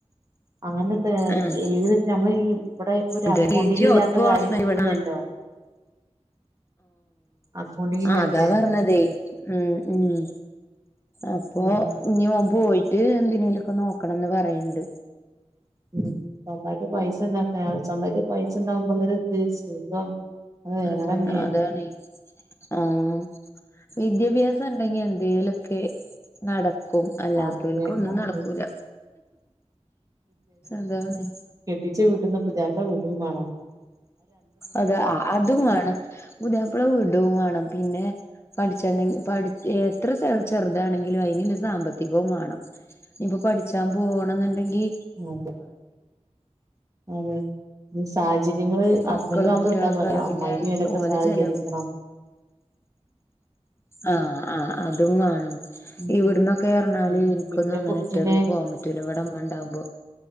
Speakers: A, on the right (about 30°); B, on the left (about 20°).
A: അങ്ങനെ
B: ആഹ്
A: ഏത് നമ്മൾ ഇവിടെ ഇപ്പൊ ഒരു
B: അതെ
A: അക്കൗണ്ടിംഗില്ലാത്ത
B: ലിജിയോ ഇപ്പോളെ
A: കാര്യം
B: ഹസ്ബന്റ് ഇവിടെ
A: ഇതില്ലല്ലോ
B: നാ
A: അക്കൗണ്ടിങ് ഇല്ലാത്തെ
B: ആഹ് അതാ പർഞ്ഞതേ ഉം ഉ അപ്പൊ
A: ഉം
B: ഇഞ്ഞി ഓൻ പോയിട്ട് എന്തിനേലൊക്കെ നോക്കണംന്ന് പറയണ്ട്
A: ഉം സ്വന്തായിട്ട് പൈസ ഉണ്ടാക്കാ സ്വന്തായിട്ട് പൈസ ണ്ടാവകുമ്പോല ഇത് സുഖം അത് വേറെന്നെയാണ്
B: അതാണ് അതാണ് ആഹ് വിദ്യാഭ്യാസണ്ടെങ്കി എന്തേലൊക്കെ നട ക്കും അല്ലാത്തോൽക്കു
A: അതെ
B: ഒന്നുംനടക്കൂല
A: അതെ
B: അതാണ്
A: കെട്ടിച്ചവീട്ട്ന്ന് പുതിയാപ്ല വിടുംമാണം
B: അതെ അതുമാണം പുതിയാപ്ല വിടുംവാണം പിന്നെ പഠിച്ചെണെങ്കി പഠ എത്ര ചെറുതാണെങ്കിലും അയിന്ള്ള സാമ്പത്തികവും വേണം ഇനിപ്പൊ പഠിച്ചാൻ പോണന്നുണ്ടെങ്കി
A: അതെ അതെ സാഹചര്യങ്ങള് ഹസ്ബന്റ്
B: മക്കളും
A: മാത്രം
B: കുട്ടികളൊക്കെ
A: വിട്ടാപോരാ
B: ആയ
A: അമ്മായിമ്മി
B: പിന്നെ
A: ഓലൊക്കെ
B: ഓലെ
A: സഹകരിക്കണം
B: ചെലവും ആഹ് ആഹ് അതും വാണം
A: ഉം
B: ഇവിട്ന്നൊക്കെർഞ്ഞാല്
A: ഉം
B: എനിക്കൊന്നും
A: ഇന്റെ
B: അങ്ങനെ
A: കുട്ടിനെ
B: ഇട്ടെർഞ്ഞി പോകാൻപറ്റൂല ഇവിടെ ഇമ്മണ്ടാവുമ്പൊ